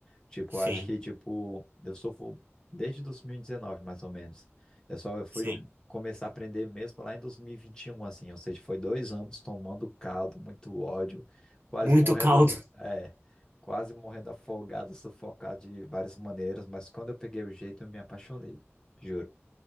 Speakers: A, on the left; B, on the right.
A: Tipo,
B: sim,
A: eu acho que, tipo, eu surfo desde 2019, mais ou menos. Eu só fui
B: sim.
A: começar a aprender mesmo lá em 2021, assim, ou seja, foi dois anos tomando caldo, muito ódio, quase
B: Muito
A: morrendo,
B: caldo,
A: é quase morrendo afogado, sufocado de várias maneiras, mas quando eu peguei o jeito, eu me apaixonei, juro.